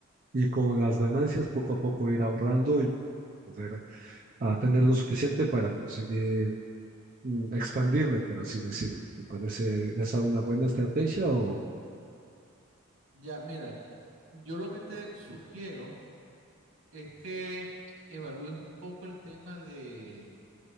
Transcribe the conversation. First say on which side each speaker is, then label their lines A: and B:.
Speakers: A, on the right (about 40°); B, on the right (about 80°).
A: y con las ganancias poco a poco ir ahorrando y poder a tener lo suficiente para conseguir mm, expandirme, por así decirlo. ¿Te parece esa una buena estrategia o...?
B: Ya, mira, yo lo que te sugiero es que evalúes un poco el tema de